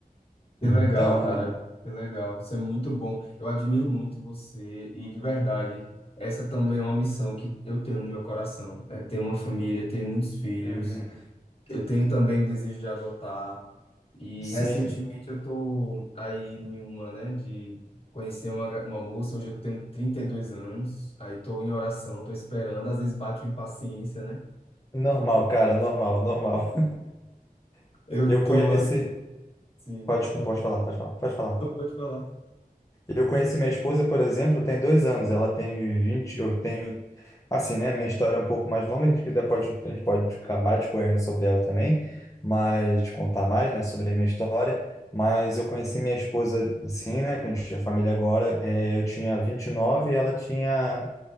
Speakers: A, on the left; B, on the left.
A: Que
B: Então,
A: legal, cara. Que legal. Isso é muito bom. Eu admiro muito você e, de verdade, essa também é uma missão que eu tenho no meu coração. É ter uma família, ter muitos filhos.
B: uhum.
A: Eu tenho também o desejo de adotar. E,
B: Sim,
A: recentemente, eu tô aí em uma, né, de conhecer uma, ga- uma moça. Hoje eu tenho 32 anos. Aí tô em oração, tô esperando. Às vezes bate uma impaciência, né?
B: normal,
A: Porque
B: cara, normal, normal. <laughs>
A: eu
B: Eu
A: tô
B: conheci.
A: assim,
B: Pode,
A: pode
B: desculpa,
A: falar.
B: pode falar, pode falar, pode falar.
A: Não pode falar.
B: Eu conheci minha esposa, por exemplo, tem dois anos. Ela tem vinte eu tenho. Assim, né? Minha história é um pouco mais longa. A gente quiser, pode, a gente pode acabar discorrendo sobre ela também, mas te contar mais, né, sobre a minha história. Mas eu conheci minha esposa, assim, né? Que a gente é família agora. é, eu tinha vinte e nove e ela tinha.